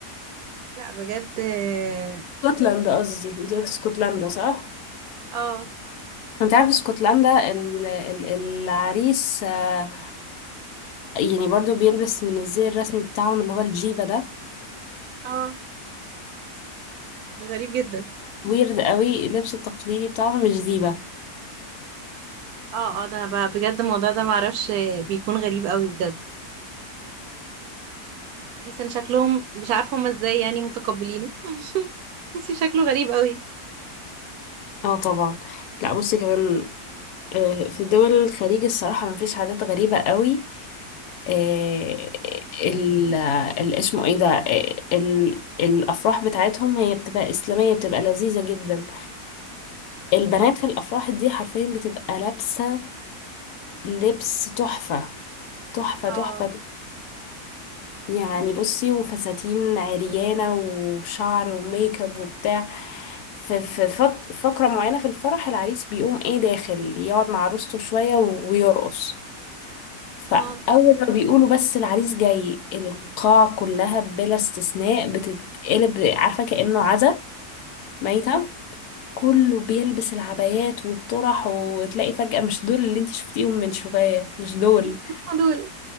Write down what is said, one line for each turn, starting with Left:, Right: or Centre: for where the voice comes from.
Right: لا بجد اه
Left: اسكتلندا قصدي انتي قلت اسكتلندا صح؟
Right: اه
Left: انت عارف اسكتلندا ال... ال... العريس آه، يعني برضو بيلبس من الزي الرسمي بتاعهم اللي هو الجيبة ده
Right: آه، غريب جدا
Left: ويرد قوي اللبس التقليدي بتاعهم مش زيبة
Right: اه اه ده ب- بجد الموضوع ده معرفش بيكون غريب قوي بجد بحس ان شكلهم مش عارفه هما ازاي يعني متقبلينه <laughs> تحسي شكله غريب قوي
Left: اه طبعا لا بصي كمان آه، في دول الخليج الصراحة مفيش عادات غريبة قوي آه، ال ال- اسمه ايه ده آه، ال الافراح بتاعتهم هي بتبقى اسلاميه بتبقى لذيذه جدا البنات في الافراح دي حرفيا بتبقى لابسه لبس تحفه تحفه
Right: اه
Left: تحفه يعني بصي وفساتين عريانه وشعر وميك اب وبتاع في في فت- فقره معينه في الفرح العريس بيقوم ايه داخل يقعد مع عروسته شويه و- ويرقص فأول
Right: اه
Left: ما بيقولوا بس العريس جاي القاعة كلها بلا استثناء بتتقلب عارفة كأنه عزا ميتة كله بيلبس العبايات والطرح وتلاقي فجأة مش دول اللي انت شفتيهم من شوية مش دول
Right: مش هما دول